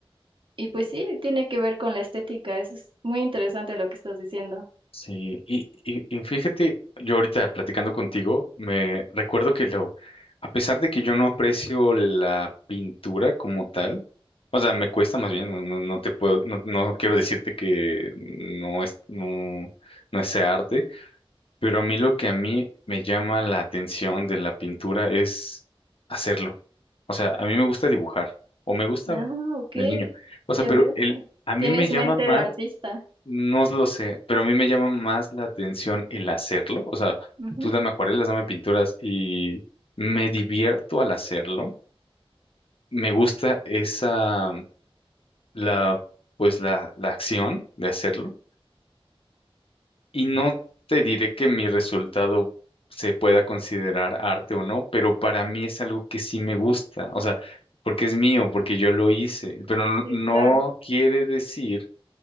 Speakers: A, on the right (about 55°); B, on the left (about 65°).
A: y pues sí, tiene que ver con la estética. Eso es muy interesante lo que estás diciendo.
B: Sí, y, y, y fíjate, yo ahorita platicando contigo, me recuerdo que lo, a pesar de que yo no aprecio la pintura como tal, o sea, me cuesta más bien, no, no, no te puedo, no, no quiero decirte que no es, no, no es arte, pero a mí lo que a mí me llama la atención de la pintura es hacerlo. O sea, a mí me gusta dibujar, o me gustaba
A: Ah, ok,
B: de niño. O sea,
A: ya
B: pero
A: ves.
B: el,
A: pues,
B: a mí
A: Tienes
B: me llama
A: mente
B: más
A: de artista.
B: no lo sé, pero a mí me llama más la atención el hacerlo. O sea,
A: Ujú,
B: tú dame acuarelas, dame pinturas y me divierto al hacerlo. Me gusta esa, la, pues la, la acción de hacerlo. Y no te diré que mi resultado se pueda considerar arte o no, pero para mí es algo que sí me gusta. O sea, porque es mío, porque yo lo hice, pero no
A: Sí,
B: no
A: claro.
B: quiere decir